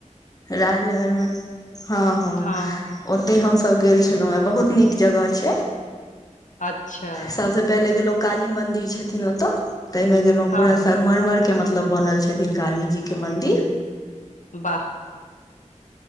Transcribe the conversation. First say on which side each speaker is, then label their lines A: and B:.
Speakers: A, on the left; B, on the left.
A: राजनगरमे हाँ हाँ
B: हँ
A: ओ तै हमसब गेल छलौ हे, बहुत निक जगह छै।
B: अँच्छा!
A: सबसे पहिले गेलों काली मंदिर छथिन ओते, तै मे गेलौ
B: हँ
A: पूरा
B: हँ
A: सगमरमर के मतलब बनल छै। रहिन काली जी के मंन्दिर!
B: बाह!